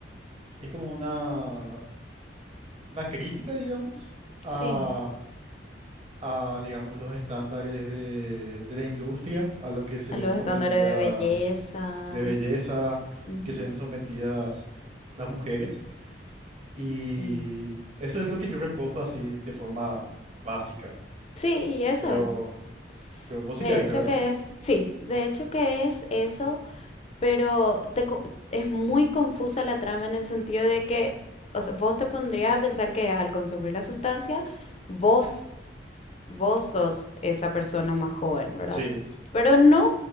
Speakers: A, on the right; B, on the left.
A: es como una, una crítica, digamos, a,
B: sí.
A: a, digamos, los estándares de, de la industria, a lo que se
B: A
A: ven
B: los
A: sometidas
B: estándares de belleza.
A: de belleza,
B: Ujú.
A: que se ven sometidas las mujeres. Y
B: Sí.
A: eso es lo que yo recojo así de forma básica.
B: Sí, y eso
A: Pero,
B: es.
A: pero vos
B: De
A: sí ya viste,
B: hecho
A: ¿verdad?
B: que es, sí, de hecho que es eso pero te co- es muy confusa la trama en el sentido de que, o sea, vos te pondrías a pensar que al consumir la sustancia, vos, vos sos esa persona más joven, ¿verdad?
A: Sí,
B: Pero no,